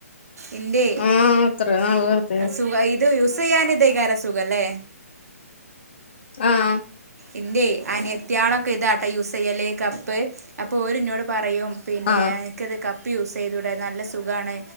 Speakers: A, on the right (about 70°); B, on the left (about 40°).
A: എൻ്റെ
B: ആ ഇത്രയും നാള് വെറുതെ
A: സുഗായിത് യൂസ് സെയ്യാനിതേകാര സുഖല്ലേ
B: ആ
A: ഇന്റെ അനത്യാളൊക്കെ ഇതാട്ടാ യുസെയ്യല് കപ്പ് അപ്പൊ ഓരിന്നോട് പറ പറയും പിന്നെ
B: ആഹ്
A: എനിക്കത് കപ്പ് യൂസ് ചെയ്തൂടെ നല്ല സുഖാണ്